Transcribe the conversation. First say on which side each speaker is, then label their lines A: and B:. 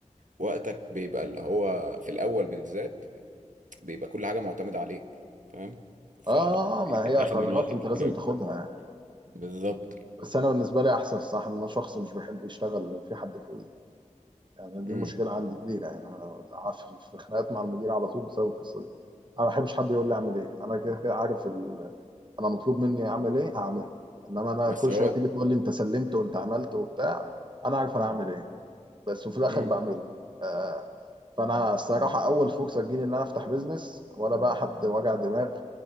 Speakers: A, on the right (about 70°); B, on the right (about 35°).
A: وقتك بيبقى اللي هو في الاول بالذات بيبقى كل حاجه معتمده عليك فاهم فبيتاخد
B: اه آه، آه، ما هي قرارات
A: من وقتك
B: انت
A: كتير
B: لازم
A: قوي
B: تاخدها يعني.
A: بالظبط
B: بس انا بالنسبه لي احسن صح ان انا شخص مش بيحب يشتغل وفي حد فوقيه يعني دي
A: امم
B: مشكله عندي كبيره يعني انا في في خناقات مع المدير على طول بسبب القصه دي انا ما بحبش حد يقول لي اعمل ايه انا كده كده عارف ال... انا مطلوب مني اعمل ايه هعمله انما انا
A: بس
B: كل
A: هو
B: شويه تيجي تقول لي انت سلمت وانت عملت وبتاع انا عارف انا هعمل ايه بس وفي الاخر
A: امم
B: بعمله آه فانا الصراحه اول فرصه تجيلي ان انا افتح بيزنس ولا بقى حد وجع دماغ